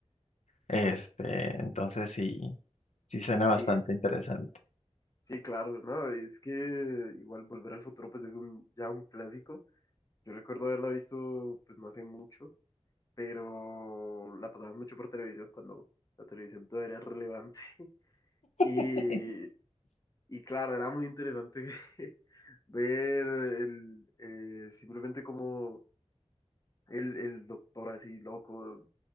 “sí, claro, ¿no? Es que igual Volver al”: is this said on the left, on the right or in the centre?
Left